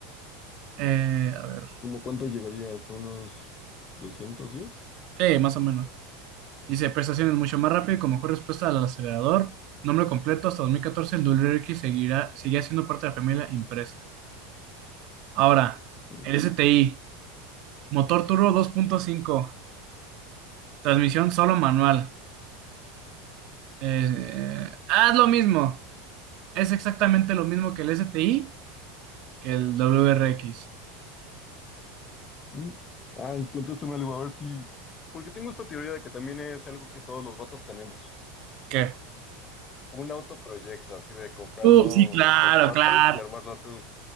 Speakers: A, on the right; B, on the left.
A: Eh, a ver.
B: ¿Cómo cuánto llegarías? ¿A unos 210?
A: Sí, más o menos. Dice, prestaciones mucho más rápido y con mejor respuesta al acelerador. Nombre completo, hasta 2014 el WRX seguirá, seguía siendo parte de la familia impresa. Ahora,
B: Mm,
A: el STI. Motor turbo 2.5. Transmisión solo manual. Eh, ah, es lo mismo. Es exactamente lo mismo que el S T I, que el W R X,
B: mm. Ay, contéstame algo, a ver si... Porque tengo esta teoría de que también es algo que todos los vatos tenemos.
A: ¿Qué?
B: Un autoproyecto, así de comprarlo
A: Uh, Sí, claro,
B: por partes
A: claro.
B: y armarlo tú.